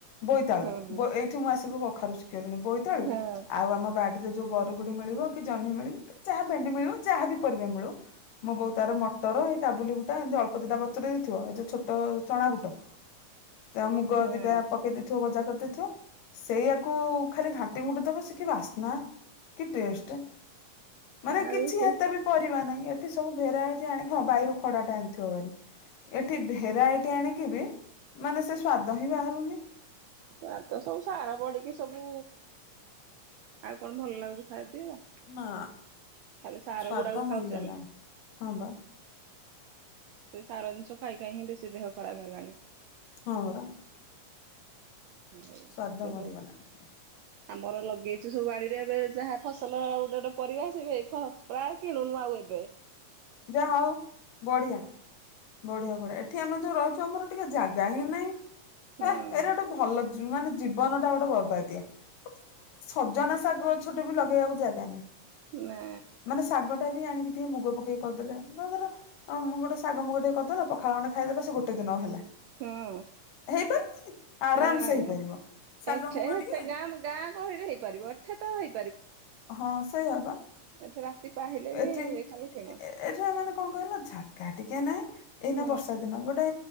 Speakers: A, on the left (about 85°); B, on the right (about 85°).
A: ବୋଇତାଳୁ।
B: ହଁ
A: ଏଇଠି ମୁଁ ଆସିକି କଖାରୁ ଶିଖି ଗଲିଣି, ବୋଇତାଳୁ
B: ହଁ
A: ଆଉ ଆମ ବାଡିରେ ଯୋଉ ବରୁ ବରୁଡି ମିଳିବ କି ଜହ୍ନି ମିଳିବ କି ଯାହା ଭେଣ୍ଡି ମିଳୁ କି ଯାହା ବି ପରିବା ମିଳୁ ମୋ ବୋଉ ତାର ମଟର, ଏଇ କାବୁଲି ବୁଟ ଏମିତି ଅଳ୍ପ ଦିଟା ବତୁରାଇ ଥିବ ଏ ଯୋଉ ଛୋଟ ଚଣା ବୁଟ ସେ ମୁୁଗ
B: ହଁ।
A: ଦିଟା ଥିବ ଗଜା କରିଦେଇଥିବ। ସେଇଆକୁ ଖାଲି ଘାଣ୍ଟି ଘୁଣ୍ଟି ଦବସେ କି ବାସ୍ନା। କି ଟେଷ୍ଟ, ମାନେ
B: ଆଉ
A: କିଛି
B: ସେ
A: ଏତେ ବି ପରିବା ନାହିଁ। ଏଠି ସବୁ ଭେରାଇଟି ଆଣିକି, ହଁ ବାଇରୁ ଖଡା ଟା ଆଣିଥିବ ହାରି ଏଠି ଭେରାଇଟି ଆଣିକି ବି, ମାନେ ସେ ସ୍ଵାଦ ହିଁ ବାହାରୁନି।
B: ସ ତ ସବୁ ସାର ପଡିକି ସବୁ, ଆଉ କଣ ଭଲ ଲାଗୁଛି ଖାଇବା ଏଉରା।
A: ନା।
B: ଖାଲି ସାର
A: ସ୍ଵାଦ
B: ଗୁଡାକୁ
A: ମରିଗଲାଣି
B: ଖାଉଛୁ ଆମେ।
A: ହଁ ବା
B: ସେଇ ସାର ଜିନିଷ ଖାଇ ଖାଇ ହିଁ ବେଶୀ ଦେହ ଖରାପ ହେଲଣିି।
A: ହଁ ପରା
B: ହ <unintelligible>
A: ସ୍ଵାଦ ମରିଗଲାଣି ପୁରା
B: ଆମର ଲଗେଇଛୁ ସବୁ ବାଡିରେ ଏବେ ଯାହା ଫସଲ ଗୋଟେ ଗୋଟେ ପରିବା, ଆସିବ ପ୍ରାୟ କିଣୁନୁ ଆଉ। ଦେବେ।
A: ଯାହା ହଉ, ବଢିଆ- ବଢିଆ -ବଢିଆ ଏଠି ଆମେ ଯୋଉ ରହୁଛୁ ଆମର ଟିକେ ଜାଗା ହିଁ ନହିଁ।
B: ହୁଁ
A: ଏ ଏରା ଗୋଟେ ଭଲ, ଯେ ମାନେ ଜୀବନ ଟା ଗୋଟେ ବର୍ବାଦିଆ। ସଜନା ଶାଗ ଗଛଟେ ବି ଲଗେଇବାକୁ ଜାଗା ନାହିଁ।
B: ନା।
A: ମାନେ ଶାଗ ଟା ବି ଆଣି ଟିକେ ମୁଗ ପକେଇ କରିଦେଲେ। ଧର ଗୋଟେ ଶାଗ ମୁ ଟିକେ କରିଦେଲ ପଖାଳ ଗଣ୍ଡେ ଖାଇଦେଲ ସେ ଗୋଟେ ଦିନ ହେଲା।
B: ହୁଁ।
A: ହେଇପାରୁନି ଆରାମସେ
B: ନା
A: ହେଇପାରିବ
B: ନା
A: ଶାଗ
B: ଏଠି,
A: ମୁଗ
B: ହେଠି
A: ଟିକେ
B: ଗାଁ ଗହଳିରେ ହେଇପାରିବ, ଏଠେ ତ ହେଇ
A: ହଁ ସେୟା ବା।
B: ଏଠି ରାତି ପାହିଲେ ବି
A: ଏଠି
B: ଖାଲି କିଣ
A: ଏଠିକା ମାନେ କ କଣ କହିଲ। ଜାଗା ଟିକେ ନାଇଁ। ଏଇନା
B: ହଁ
A: ବର୍ଷା ଦିନ ଗୋଟେ